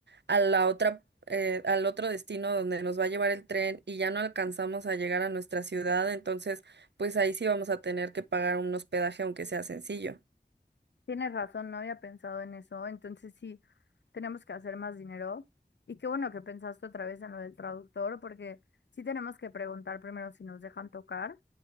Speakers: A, on the right (about 75°); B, on the left (about 80°).
A: a la otra, eh, al otro destino donde nos va a llevar el tren y ya no alcanzamos a llegar a nuestra ciudad? Entonces, pues ahí sí vamos a tener que pagar un hospedaje, aunque sea sencillo.
B: Tienes razón, no había pensado en eso. Entonces sí, tenemos que hacer más dinero. Y qué bueno que pensaste otra vez en lo del traductor, porque sí tenemos que preguntar primero si nos dejan tocar,